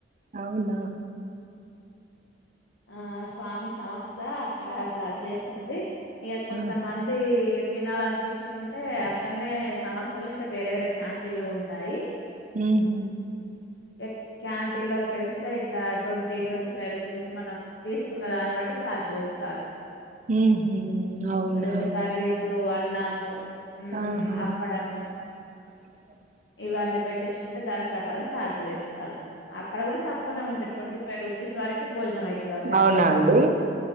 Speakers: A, on the right; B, on the left.
A: అవున
B: ఆ స్వామి సంస్థ అక్కడ అట్ల చేస్తుంది ఇగ కొంతమంది
A: ఆ
B: తినాలన్పించకుంటే అక్కనే సంస్థలనే ఇంకా వేరే వేరే క్యాంటీన్లు ఉంటాయి
A: ఉహు
B: ఇగ క్యాంటీన్ లోలకిలిస్తే ఇట్లా ట్వంటీ ట్వంటీ ఫైవ్ రూప్ వేసి మనం తీసుకున్న దాన్ని బట్టి ఛార్జ్ వేస్తారు
A: ఉహు అవునా
B: రెండు కర్రీసు అన్ అన్నము ఉమ్
A: ఆహా
B: అప్పడము
A: <inaudible>
B: ఇవన్నీ పెట్టించుకుంటే దాని ప్రకారం ఛార్జ్ వేస్తారు. అక్కడ గూడా తక్కువనే ఉంటది ట్వంటీ ఫైవ్ రూపీస్ వరక్ భోజనం అయితదండి
A: అవునా
B: ఆన్ల
A: అండి
B: అందులో